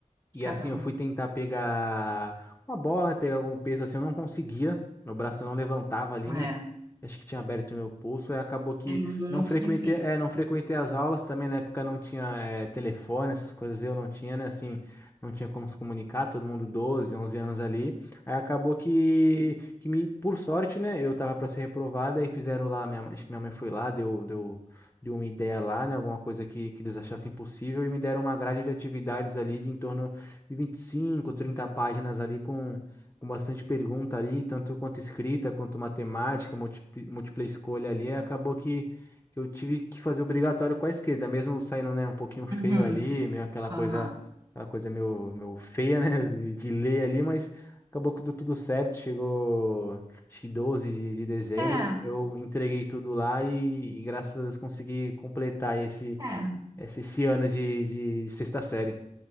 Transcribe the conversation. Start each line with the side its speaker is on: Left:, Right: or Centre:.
Left: E
Right: caramba.
Left: assim eu fui tentar pegar uma bola, pegar algum peso assim, eu não conseguia. Meu braço não levantava ali,
Right: É,
Left: né? Acho que tinha aberto meu pulso, e acabou que
Right: é muito
Left: não frequentei,
Right: difícil.
Left: é, não frequentei as aulas também, na época não tinha é, telefone, essas coisas eu não tinha, né? Assim, não tinha como se comunicar, todo mundo 12 11 anos ali. Aí acabou que, que me, por sorte, né? Eu tava para ser reprovada e fizeram lá, minha, mãe- acho que minha mãe foi lá, deu, deu, deu uma ideia lá, né? Alguma coisa que, que eles achassem possível e me deram uma grade de atividades ali de em torno de 25 30 páginas ali com, com bastante pergunta ali, tanto quanto escrita, quanto matemática, múltipla, múltipla escolha ali, aí acabou que, que eu tive que fazer obrigatório com a esquerda, mesmo saindo, né, um pouquinho feio
Right: Uhum,
Left: ali, meio aquela coisa,
Right: aham.
Left: aquela coisa meio, meio feia, <laughs> né, de, de ler ali, mas acabou que deu tudo certo, chegou acho que 12 de, de dezembro,
Right: É,
Left: eu entreguei tudo lá e, e graças a Deus consegui completar esse,
Right: é.
Left: esse, esse ano de, de de sexta série.